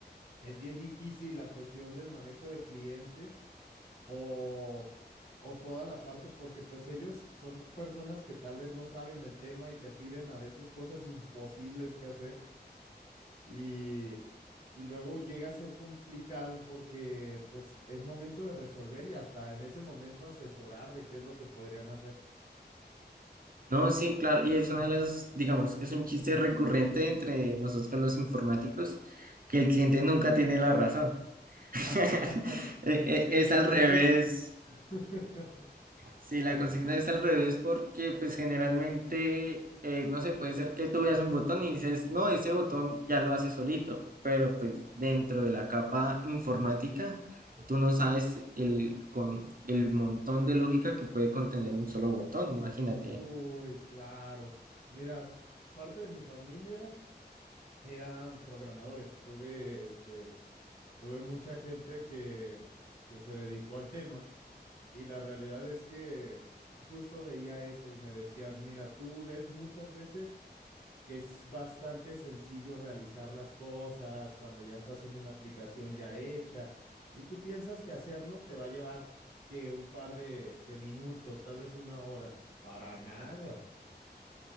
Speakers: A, on the left (about 55°); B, on the right (about 55°).
A: es bien difícil la cuestión del manejo de clientes o, o toda la parte, porque pues ellos son personas que tal vez no saben del tema y te piden a veces cosas imposibles que hacer y, y luego llega a ser complicado porque pues es momento de resolver y hasta en ese momento asesorar de qué es lo que podrían hacer.
B: No, sí, claro, y es una de las, digamos, es un chiste recurrente entre nosotros los informáticos, que el cliente nunca tiene la razón. <laughs>
A: <laughs>
B: Eh,
A: mira
B: eh, Es al
A: en
B: revés.
A: eso. <laughs>
B: Sí, la consigna es al revés porque pues generalmente, eh, no sé, puede ser que tú veas un botón y dices, no, ese botón ya lo hace solito, pero pues dentro de la capa informática, tú no sabes el, con, el montón de lógica que puede contener un solo botón, imagínate.
A: Uy, claro. Mira, parte de mi familia eran programadores. Tuve este tuve mucha gente que, que se dedicó al tema y la realidad es que justo veía eso y me decían, mira, tú ves muchas veces que es bastante sencillo realizar las cosas cuando ya estás en una aplicación ya hecha y tú piensas que hacerlo te va a llevar que un par de, de minutos, tal vez una hora, para nada.